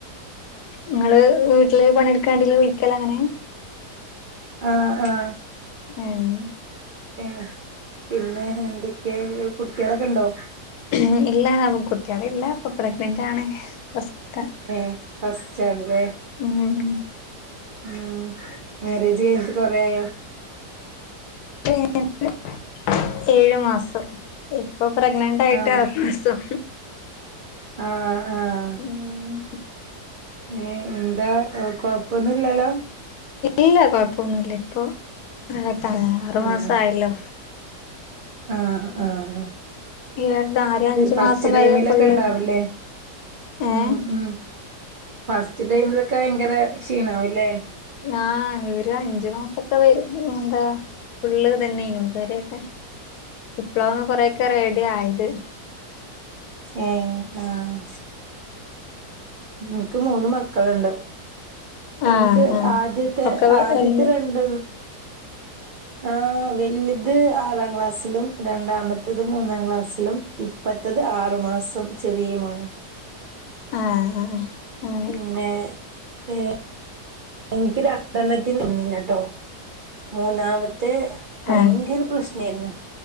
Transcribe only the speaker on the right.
ആഹ് ആഹ്.
ഏ പിന്നെ എന്തൊക്കെ കുട്ട്യളൊക്കെണ്ടോ?
ഏ ഫസ്റ്റാണ്ലേ.
ഉം മേരേജ് കയ്ഞ്ഞിട്ട് കൊറെ ആയോ?
ആഹ്
ആഹ് ആഹ്.
ഏ എന്താ കൊഴപ്പൊന്നുല്ലല്ലോ?
ആഹ് ആഹ് ആഹ്
ഫസ്റ്റ്
ടൈമിലൊക്കെ
ഉണ്ടാവില്ലേ.
ഉം ഉം ഫസ്റ്റ് ടൈമിലൊക്കെ ഭയങ്കര ക്ഷീണാവുംല്ലേ?
ഏഹ് ആഹ്. മ് ഇൻക്ക് മൂന്ന് മക്കള്ണ്ട്. ഇൻക്ക്
ആദ്യത്തെ
ആദ്യത്തെ രണ്ടും ആ വല്ത് ആറാം ക്ലാസ്സിലും രണ്ടാമത്തത് മൂന്നാം ക്ലാസ്സിലും ഇ പ്പത്തത് ആറു മാസം ചെറ്യോമോന.
പിന്നെ ഏ എനിക്ക് രണ്ടെണ്ണത്തിന് ഒന്നില്ലട്ടോ മൂന്നാമത്തെ ഭയങ്കര
പ്രശ്നേന്നു